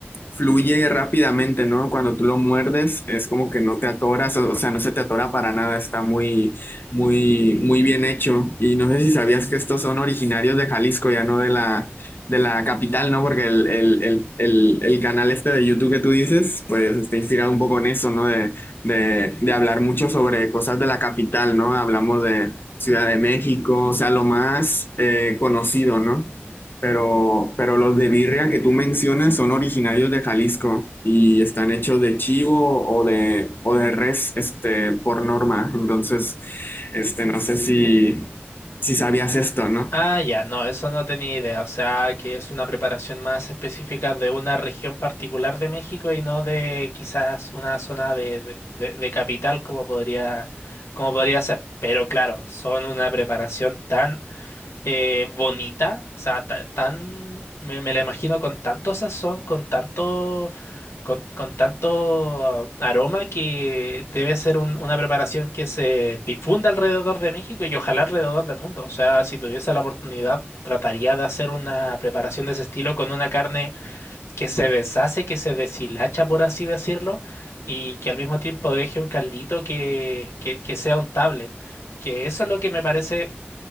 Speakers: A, on the left (about 50°); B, on the left (about 80°).
A: fluye rápidamente, ¿no? Cuando tú lo muerdes, es como que no te atoras, o, o sea, no se te atora para nada, está muy, muy, muy bien hecho. Y no sé si sabías que estos son originarios de Jalisco, ya no de la, de la capital, ¿no? Porque el, el, el, el, el canal este de YouTube que tú dices, pues está inspirado un poco en eso, ¿no? De, de, de hablar mucho sobre cosas de la capital, ¿no? Hablamos de Ciudad de México, o sea, lo más eh, conocido, ¿no? Pero, pero los de birria que tú mencionas son originarios de Jalisco y están hechos de chivo o de, o de res, este, por norma. Entonces, este, no sé si, si sabías esto, ¿no?
B: Ah, ya, no, eso no tenía idea. O sea, que es una preparación más específica de una región particular de México y no de quizás una zona de, de, de- de capital como podría, como podría ser. Pero claro, son una preparación tan eh, bonita, o sea, ta- tan, me, me la imagino con tanto sazón, con tanto, con, con tanto ah, aroma que debe ser un- una preparación que se difunda alrededor de México y ojalá alrededor del mundo. O sea, si tuviese la oportunidad, trataría de hacer una preparación de ese estilo con una carne que se deshace, que se deshilacha, por así decirlo, y que al mismo tiempo deje un caldito que, que, que sea untable. Que eso es lo que me parece